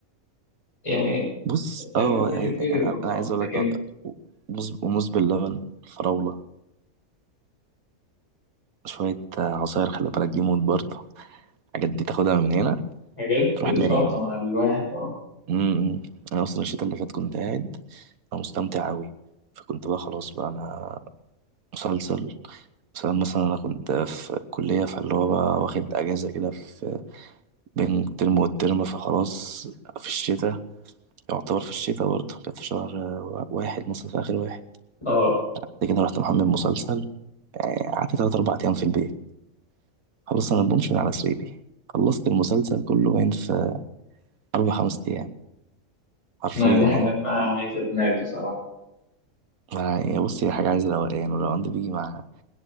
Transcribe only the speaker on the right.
بص
أه
أي-
أنا
أنا عايز أقول
لك آه، موز موز باللبن فراولة شوية عصاير خلي بالك دي موت برضه الحاجات دي تاخدها من هنا
تروح
نايم
امم انا اصلا الشتاء اللي فات كنت قاعد انا مستمتع قوي فكنت بقى خلاص بقى انا مسلسل مثلا مثلا انا كنت في كلية فاللي هو بقى واخد اجازة كده في بين الترم والترم فخلاص في الشتاء يعتبر في الشتاء برضه كانت في شهر واحد مثلا في اخر واحد
بعد كده رحت محمل مسلسل يعني قعدت تلات اربع ايام في البيت خلاص انا بمشي من على سريري خلصت المسلسل كله باين في أربع خمس أيام حرفيا
يعني
يعني بص هي حاجة عايزة روقان والروقان ده بيجي مع